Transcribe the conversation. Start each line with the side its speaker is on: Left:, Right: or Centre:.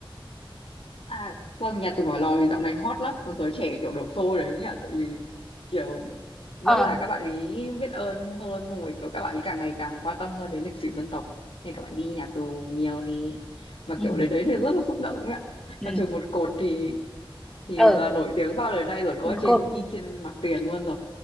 Left: À, vâng, nhà tù hỏa lò thì dạo này hot lắm, còn giới trẻ kiểu đổ xô đấy nhá, tại vì kiểu vẫn
Centre: ờ
Left: là các bạn ấy biết ơn hơn, xong rồi kiểu các bạn ấy càng ngày càng quan tâm hơn đến lịch sử dân tộc, nên các bạn đi nhà tù nhiều đi, mà
Centre: ừ
Left: kiểu đến đấy thì rất là xúc động ấy ạ.
Centre: ừ
Left: Mà trường một cột thì thì
Centre: ừ
Left: là nổi tiếng bao đời nay rồi, có
Centre: một
Left: trên
Centre: cột
Left: in trên mặt tiền luôn rồi.